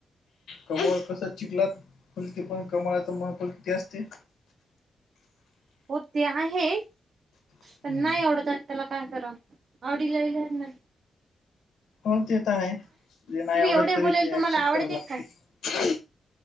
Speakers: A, on the left (about 80°); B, on the right (about 55°).
A: कमळ कसं चिकलात फलते पण कमळाचा महत्व किती असते.
B: हो ते आहे
A: हम्म
B: पण नाही आवडतात. त्याला काय कराव आवडीलाहिल्या ना.
A: हो ते तर आहे जे नाही
B: तुम्ही
A: आवडत
B: एवढे
A: तरी
B: बोलाल
A: ते
B: तुम्हाला
A: ऍक्सेप्ट
B: आवडते
A: कराला लागतय.
B: काय